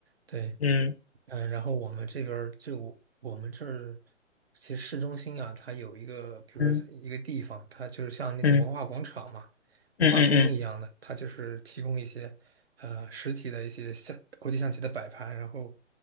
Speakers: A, on the right (about 55°); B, on the left (about 55°).
A: 对，
B: 嗯
A: 嗯，然后我们这边儿就我们这儿，其实市中心啊，它有一个，比如说一个地方，
B: 嗯
A: 它就是像那种文化广场嘛，
B: 嗯嗯
A: 文化宫一样的，
B: 嗯嗯嗯。
A: 它就是提供一些呃实体的一些象国际象棋的摆盘，然后